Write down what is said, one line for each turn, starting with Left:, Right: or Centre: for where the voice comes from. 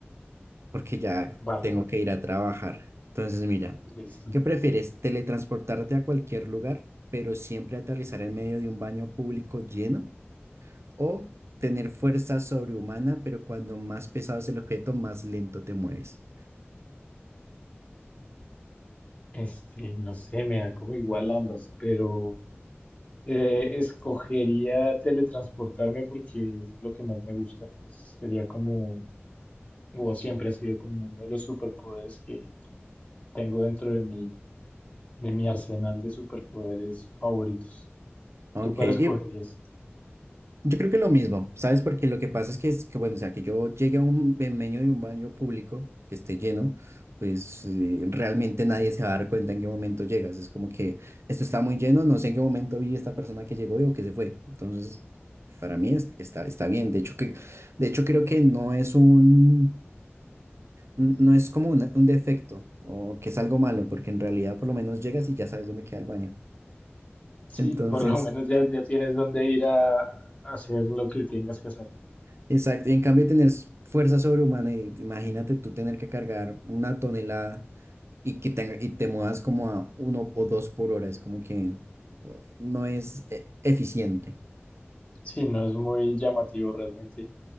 Right: porque ya
Left: Vale,
Right: tengo que ir a trabajar. Entonces, mira,
Left: listo.
Right: ¿qué prefieres? ¿Teletransportarte a cualquier lugar, pero siempre aterrizar en medio de un baño público lleno? ¿O tener fuerza sobrehumana, pero cuando más pesado es el objeto, más lento te mueves?
Left: Este, no sé, me da como igual ambas, pero eh, escogería teletransportarme porque es lo que más me gusta. Es- sería como, o siempre ha sido como uno de los superpoderes que tengo dentro de mi, de mi arsenal de superpoderes favoritos.
Right: Ok,
Left: ¿Tú cuál
Right: y
Left: escogerías?
Right: Yo creo que lo mismo, ¿sabes? Porque lo que pasa es que, es que bueno, o sea, que yo llegue a un me meño de un baño público que esté lleno, pues eh, realmente nadie se va a dar cuenta en qué momento llegas. Es como que esto está muy lleno, no sé en qué momento vi esta persona que llegó y o que se fue. Entonces, para mí es- está, está bien. De hecho, que, de hecho, creo que no es un, n- no es como una- un defecto o que es algo malo, porque en realidad por lo menos llegas y ya sabes dónde queda el baño.
Left: Sí,
Right: Entonces...
Left: por lo menos ya, ya tienes dónde ir a, a hacer lo que tengas que hacer.
Right: Exacto, y en cambio tener s- fuerza sobrehumana, y imagínate tú tener que cargar una tonelada y que tenga- y te muevas como a uno o dos por hora, es como que uh, no es e- eficiente.
Left: Sí, no es muy llamativo realmente.